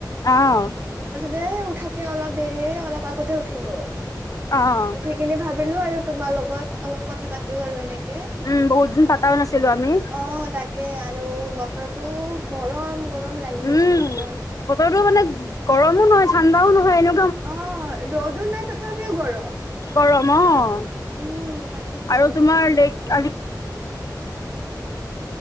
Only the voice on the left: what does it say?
অ'।
অ'।
উম বহুত দিন পাতাও নাছিলো
আমি
উম
বতৰটো মানে গৰমো নহয় ঠাণ্ডাও নহয় এনে।
গৰম অ',
আৰু তোমাৰ লাইক আজি।